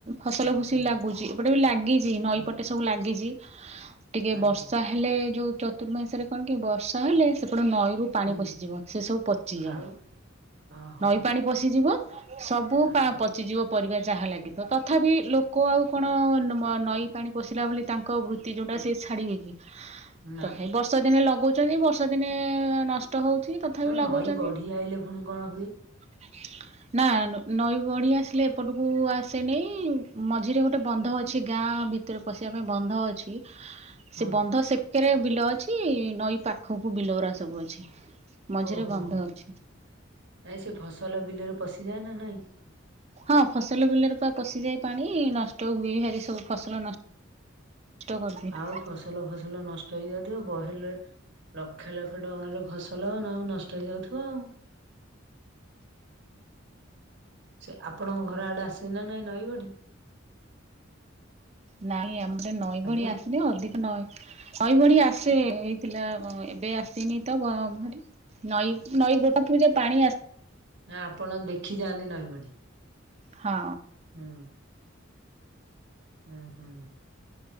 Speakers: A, on the right (about 35°); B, on the right (about 60°).
A: ଫସଲ
B: ହୁଁ।
A: ଭୁସି ଲାଗୁଛି ଏପଟେ ବି ଲାଗିଛି ନଈ
B: ଆଜ୍ଞା
A: ପଟେ ସବୁ ଲାଗିଛି। ଟିକେ
B: ଆଜ୍ଞା
A: ବର୍ଷା ହେଲେ ଯୋଉ ଚତୁର୍ମାଶରେ କଣ କି ବର୍ଷା ହେଲେ ସେପଟେ ନଈରୁ ପାଣି
B: ହୁଁ
A: ପଶିଯିବ ସେ ସବୁ ପଚିଯାଏ।
B: ଆଉ ଓହୋ
A: ନଈ ପାଣି ପଶିଯିବ ସବୁ
B: ଆଜ୍ଞା
A: ପା ପଚିଯିବ। ପରିବା ଯାହା ଲାଗିଥିବ ତଥାପି ଲୋକ ଆଉ କଣ ନଈ ପାଣି ପଶିଲା ବୋଲି ତାଙ୍କ ବୃତ୍ତି ଯୋଉଟା ସେ ଛାଡ଼ିବେକି
B: ନା
A: ତଥାପି ବର୍ଷା ଦିନେ ଲଗଉଚନ୍ତି ବର୍ଷା ଦିନେ ନଷ୍ଟ ହଉଛି। ତଥାପି
B: ନା
A: ଲଗଉଛନ୍ତି
B: ନଈ ବଢ଼ି ଆଇଲେ ଫୁଣି କଣ ହୁଏ?
A: <inaudible> ନା ନଈ ବଢ଼ ଆସିଲେ ଏପଟକୁ ଆସେନି ମଝିରେ ଗୋଟେ ବନ୍ଧ ଅଛି ଗାଁ ଭି ତରେ ପଶିବା ପାଇଁ ବନ୍ଧ ଅଛି।
B: ହଁ
A: ସେ ବନ୍ଧ ସେକେରେ ବିଲ ଅଛି ନଈ ପାଖକୁ ବିଲଉରା ସବୁ ଅଛି। ମଝିରେ
B: ଓହୋ
A: ବନ୍ଧ ଅଛି
B: ଇଁ ସେ ଫସଲ ବିଲରେ ପଶିଯାଏ ନା ନାଇଁ?
A: ହଁ ଫସଲ ବିଲରେ ପା ପଶିଯାଏ ପାଣି ନଷ୍ଟ ହୁଏ ହାରି ସବୁ ଫସଲ ନଷ୍ ଟ କରିଦିଏ।
B: ଆଉ ଫସଲ ଫସଲ ନଷ୍ଟ ହେଇଯାଉଥିବ ବହେଲେ ଲକ୍ଷ ଲକ୍ଷ ଟଙ୍କାର ଫସଲ ନ ନଷ୍ଟ ହେଇଯାଉଥିବ ଆଉ। ସେ ଆପଣଙ୍କ ଘର ଆଡ଼େ ଆସେନା ନାଇଁ ନଈ ବଢ଼ି?
A: ନାଇଁ ଆମ ପଟେ ନଈ ବଡ଼ି
B: ଆଜ୍ଞା
A: ଆସନି ଅଧିକ ନଈ ଅଇ ବଢ଼ି ଆସେ ହେଇଥିଲା ଏବେ ଆସିନି ତ ବ ବରି। ନଈ ନଈ ଗୋଟା ପୂଜା ପାଣି ଆସ୍
B: ନା ଆପଣ ଦେଖିଯାଆନ୍ତି ନଈବଢ଼ି?
A: ହଁ।
B: ଉଁ। ଉଁ ହୁଁ